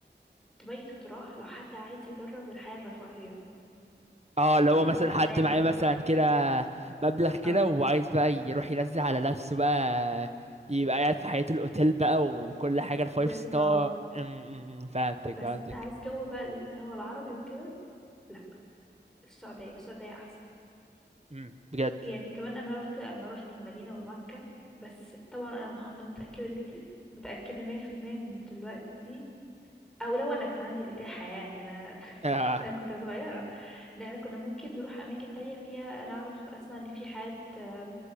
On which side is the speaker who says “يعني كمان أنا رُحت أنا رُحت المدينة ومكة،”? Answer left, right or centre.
Centre